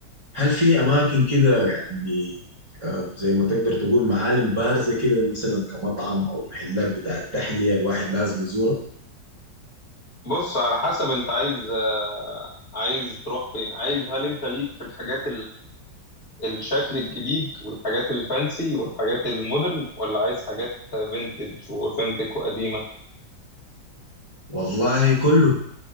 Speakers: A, on the right (about 20°); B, on the left (about 35°).
A: هل في اماكن كده يعني آه، زي ما تقدر تقول معالم بارزة كده مثلا كمطعم او محلات بتاع التحلية الواحد لازم يزورها
B: بص على حسب أنت عايز آه، عايز تروح فين عايز هل أنت ليك في الحاجات الشكل الجديد والحاجات الفانسي والحاجات المودرن ولا عايز حاجات فينتج واوثنتيك وقديمة
A: والله كله